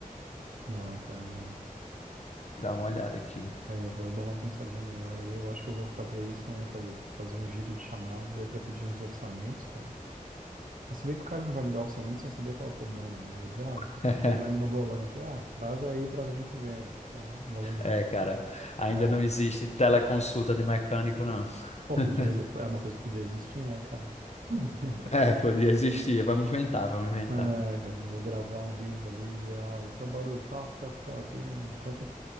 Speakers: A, on the right (about 70°); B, on the left (about 50°).
A: Não, cara, né?
B: Dar uma olhada aqui.
A: É, eu vou dar uma pensadinha melhor aí. Eu acho que eu vou fazer isso também, eu vou fazer, fazer um giro de chamadas aí pra pedir uns orçamentos, cara. Mas se bem que o cara não vai me dar orçamento sem saber qual é o problema, né? Eu vou dizer, ah,
B: <laughs>
A: tô com um problema no volante. Ah, traz aí pra gente ver. Então, vou levar.
B: É, cara, ainda
A: É.
B: não existe teleconsulta de mecânico, não.
A: Pô,
B: <laughs>
A: podia, exi- é uma coisa que podia existir, né, cara? <laughs>
B: É, podia existir. Vamos inventar, vamos inventar.
A: É, cara, eu vou gravar um vídeo ali e dizer, ó, esse é o barulho, toque, toque, toque. E Quanto,